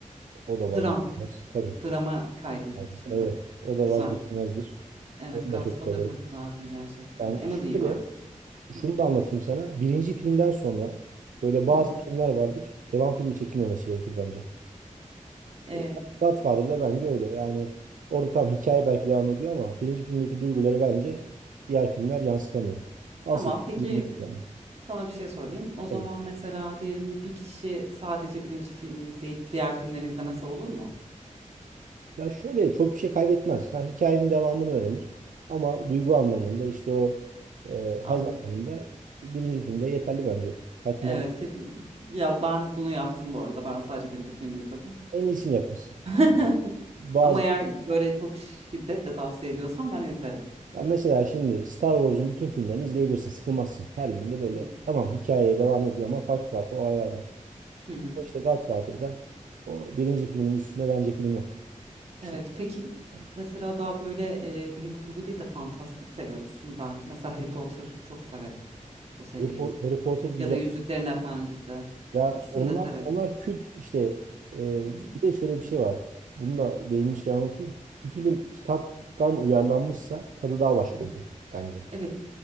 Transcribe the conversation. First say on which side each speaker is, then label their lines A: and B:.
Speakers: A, on the right; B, on the right.
A: o da
B: Dram.
A: vazgeçilmez. Tabii.
B: Drama kaydın
A: Yani,
B: şimdi.
A: evet. O da
B: Güzel.
A: vazgeçilmezdir.
B: Evet,
A: Onu
B: Godfather
A: da çok severim.
B: da güzeldi gerçekten.
A: Yani
B: Emily
A: şöyle
B: vardır.
A: şunu
B: Hı
A: da anlatayım sana. Birinci filmden sonra böyle bazı
B: hı. hı.
A: filmler vardır. Devam filmi çekilmemesi gerekir bence.
B: Ee,
A: E, Godfather'da bence öyle. Yani orada tam hikaye belki devam ediyor ama birinci filmdeki duyguları bence diğer filmler yansıtamıyor. Asıl
B: tamam, peki
A: birinci film yani.
B: sana bir şey sorayım. O zaman
A: Tabii.
B: mesela diyelim bir kişi sadece birinci filmi izleyip diğer filmleri izlemesi olur mu?
A: Ya şöyle çok bir şey kaybetmez. Ha, hikayenin devamını öğrenir. Ama duygu anlamında işte o e, haz
B: Anladım.
A: anlamında birinci filmde yeterli bence. Tatmin
B: Evet,
A: eder.
B: kesin. Ya ben bunu yaptım bu arada. Ben sadece birinci filmi izledim.
A: En iyisini yapmışsın.
B: <laughs>
A: Bazı
B: Ama eğer böyle çok şiddetle tavsiye ediyorsan ben izlerim.
A: Ya mesela şimdi Star Wars'un bütün filmlerini izleyebilirsin. Sıkılmazsın. Her birinde böyle
B: Hı hı.
A: tamam hikayeye devam ediyor ama farklı farklı olaylar var.
B: Hı hı.
A: Ama işte Godfather'da o birinci filmin üstünde bence film yok. İşte
B: Evet, peki
A: hani
B: mesela daha böyle e, bilim kurgu değil de fantastik seviyor musun? Ben mesela Harry Potter çok severim bu seriyi.
A: Harry, Po- Harry Potter güzel.
B: Ya da Yüzüklerin Efendisi.
A: Ya
B: İkisini
A: onlar
B: de severim.
A: onlar kült işte e,
B: Hı hı,
A: bir de şöyle bir şey var. Bunu da değinmişken anlatayım. Bir film kitaptan uyarlanmışsa tadı daha başka
B: hı hı.
A: oluyor bence.
B: Evet.